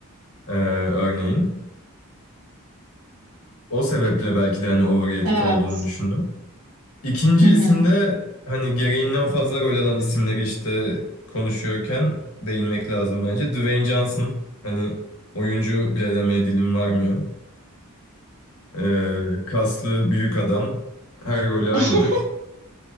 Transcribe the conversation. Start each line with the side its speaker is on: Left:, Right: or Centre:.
Left: ee, örneğin. O sebeple belki de hani overrated
Right: Evet.
Left: olduğunu düşündüm. İkinci
Right: Hı hı.
Left: isimde hani gereğinden fazla rol alan isimleri işte konuşuyorken değinmek lazım bence. Dwayne Johnson hani oyuncu bile demeye dilim varmıyor. Ee, kaslı büyük adam her rolü aynıdır.
Right: <laughs>